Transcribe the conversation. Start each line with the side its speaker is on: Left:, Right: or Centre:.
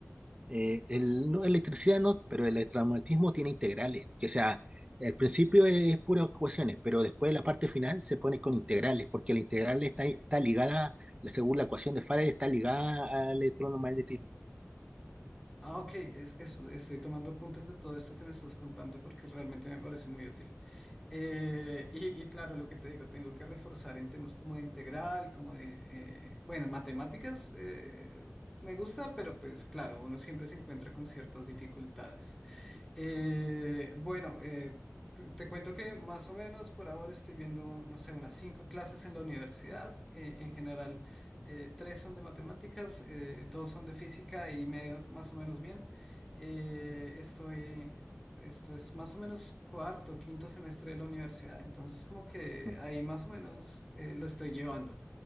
Right: Eh, el, no, electricidad no, pero el electromagnetismo tiene integrales, que sea, el principio es, puras ecuaciones, pero después la parte final se pone con integrales, porque la integral está, está ligada, según la ecuación de Faraday, está ligada al electromagnetismo.
Centre: Ah, ok, es, eso, estoy tomando apuntes de todo esto que me estás contando porque realmente me parece muy útil. Eh, y, y claro, lo que te digo, tengo que reforzar en temas como de integral, como de, eh, bueno, matemáticas, eh, me gusta, pero pues claro, uno siempre se encuentra con ciertas dificultades. Eh, bueno, eh, te, te cuento que más o menos por ahora estoy viendo, no sé, unas cinco clases en la universidad. Eh, en general, eh, tres son de matemáticas, eh, dos son de física y me ha ido más o menos bien. Eh, estoy, esto es más o menos cuarto, quinto semestre de la universidad, entonces como que
Right: Mm,
Centre: ahí más o menos eh, lo estoy llevando.